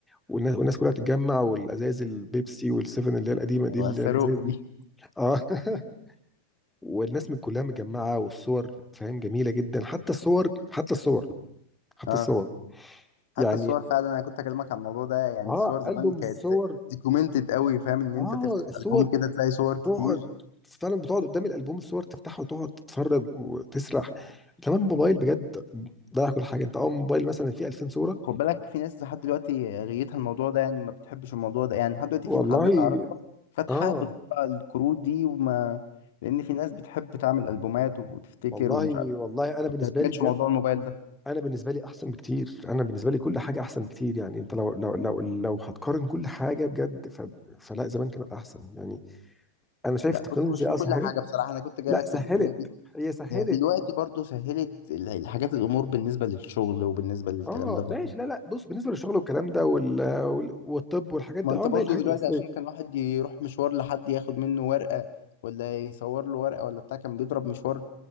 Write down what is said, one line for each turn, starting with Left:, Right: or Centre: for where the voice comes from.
Centre: والناس, والناس كلها تتجمع والازايز البيبسي والسيفن اللي هي القديمه دي
Left: ايوه
Centre: اللي
Left: الصاروخ
Centre: هي الازايز دي
Left: دي
Centre: اه <laughs> والناس من كلها متجمعه والصور فاهم جميله جدا حتى الصور حتى الصور حتى
Left: اه
Centre: الصور
Left: حتى
Centre: يعني
Left: الصور فعلا انا كنت اكلمك عن الموضوع ده يعني
Centre: اه
Left: الصور زمان
Centre: البوم
Left: كانت
Centre: الصور
Left: ديكومنتد قوي فاهم ان
Centre: اه
Left: انت تفتح
Centre: الصور
Left: البوم كده تلاقي صور كتير
Centre: تقعد فعلا بتقعد قدام الالبوم الصور تفتحه وتقعد تتفرج وتسرح كمان موبايل بجد ضيع كل حاجه انت اه موبايل مثلا فيه 2000 صوره
Left: خد بالك في ناس لحد دلوقتي غيتها الموضوع ده يعني ما بتحبش الموضوع ده يعني لحد دلوقتي
Centre: والله
Left: في محلات اعرفها فاتحه
Centre: اه
Left: بتطبع الكروت دي وما لان في ناس بتحب تعمل البومات وتفتكر
Centre: والله
Left: ومش عارف
Centre: والله انا
Left: ما
Centre: بالنسبه
Left: بتعتمدش
Centre: لي بجد
Left: موضوع الموبايل ده
Centre: انا بالنسبه لي احسن بكتير انا بالنسبه لي كل حاجه احسن بكتير يعني انت لو لو لو لو هتقارن كل حاجه بجد ف... فلا زمان كانت احسن يعني انا شايف
Left: لا
Centre: التكنولوجيا
Left: بص مش في
Centre: اه
Left: كل
Centre: سهلت
Left: حاجه بصراحه انا كنت جاي
Centre: لا
Left: لك
Centre: سهلت
Left: في الجزئيه دي
Centre: هي سهلت
Left: هي دلوقتي برضو سهلت ال- الحاجات الامور بالنسبه للشغل وبالنسبه للكلام
Centre: اه
Left: ده برضو
Centre: ماشي لا لا بص بالنسبه للشغل والكلام ده وال... وال... والطب والحاجات دي
Left: ما انت
Centre: اه
Left: برضو
Centre: ما هي الحاجات
Left: دلوقتي
Centre: الاساسيه
Left: عشان كان واحد يروح مشوار لحد ياخد منه ورقه ولا يصور له ورقه ولا بتاع كان بيضرب مشوار